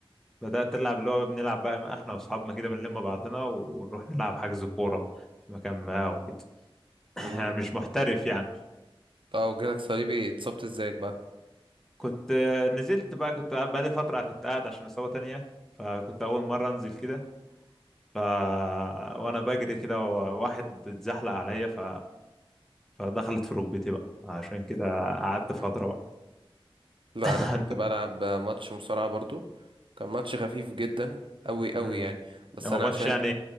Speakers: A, in the centre; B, on the right.
A: بدأت ألعب اللي هو بنلعب بقى ما احنا واصحابنا كده بنلم بعضنا ونروح نلعب حجز كورة في مكان ما او كده <laughs>
B: مم.
A: <clears throat> يعني مش محترف يعني
B: آه وجالك صليبي اتصبت إزاي بقى؟
A: كنت آه، نزلت بقى كنت قاعد- بقالي فترة كنت قاعد عشان إصابة تانية فكنت أول مرة أنزل كده ف وأنا بجري كده واحد اتزحلق عليا ف... فدخلت في ركبتي بقى عشان كده قعدت فترة
B: مم.
A: بقى
B: لا
A: <laughs>
B: أنا كنت
A: أنت
B: بلعب ماتش مصارعة برضه كان ماتش خفيف جدا أوي أوي
A: مم.
B: يعني بس
A: هو
B: أنا
A: ماتش
B: عشان
A: يعني